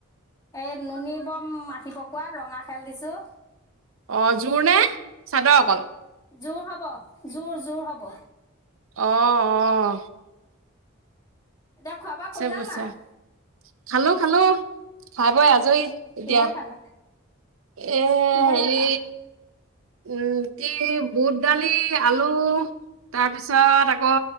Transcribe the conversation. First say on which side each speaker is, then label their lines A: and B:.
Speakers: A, on the left (about 20°); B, on the right (about 80°).
A: এই নুনী বম আহিব কোৱা ৰঙা খেল দিছোঁ।
B: অ জোৰ নে চাদৰ অকল।
A: জোৰ হ'ব জোৰ। জোৰ হ'ব।
B: অহঁ অঁ'হ।
A: এতিয়া খোৱাাবা কৰিলা
B: বুইছা
A: নাই।
B: খালো খালো খাই বই আজৰি। এতিয়া
A: কিহে খালা।
B: এ
A: কিহে
B: হেৰি।
A: খালা
B: উম কি বুট দালি আলু। তাৰপিছত আকৌ